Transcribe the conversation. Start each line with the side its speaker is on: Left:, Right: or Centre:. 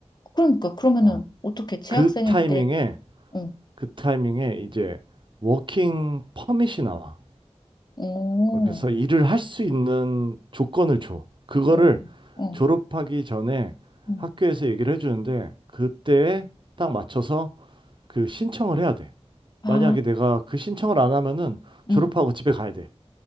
Left: 그러니까 그러면은
Right: 어,
Left: 어떻게 재학생일
Right: 그 타이밍에,
Left: 때, 어,
Right: 그 타이밍에 이제 워킹 퍼밋이 나와.
Left: 어,
Right: 어, 그래서 일을 할 수 있는 조건을 줘. 그거를
Left: 어, 어,
Right: 졸업하기 전에
Left: 음.
Right: 학교에서 얘기를 해주는데 그때에 딱 맞춰서 그 신청을 해야 돼.
Left: 아,
Right: 만약에 내가 그 신청을 안 하면은 졸업하고
Left: 음,
Right: 집에 가야 돼.